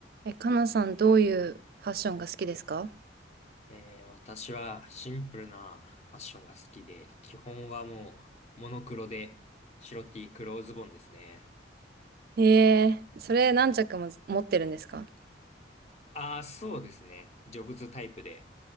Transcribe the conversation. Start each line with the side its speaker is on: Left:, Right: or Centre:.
Right: え、かなさん、どういうファッションが好きですか
Left: えー私はシンプルなファッションが好きで、基本はもうモノクロで白 T 黒ズボンですね。
Right: ええー、それ何着も持ってるんですか
Left: ああ、そうですね。ジョブズタイプで